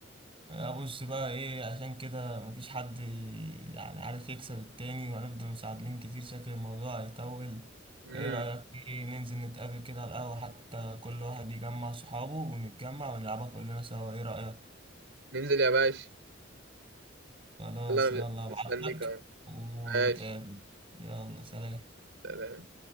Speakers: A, on the right (about 30°); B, on the right (about 65°).
A: ابص بقى ايه عشان كده مفيش حد يعني عارف يكسب التاني وهنفضل مساعدين كتير شكل الموضوع هيطول
B: مم.
A: فايه رأيك ايه ننزل نتقابل كده على القهوة حتى كل واحد يجمع صحابه ونتجمع ونلعبها كلنا سوا ايه رأيك
B: ننزل يا باشا
A: خلاص
B: يلا أنا
A: يلا ابعتلك
B: مستنيك أهو
A: ونتقابل
B: ماشي
A: يلا سلام
B: سلام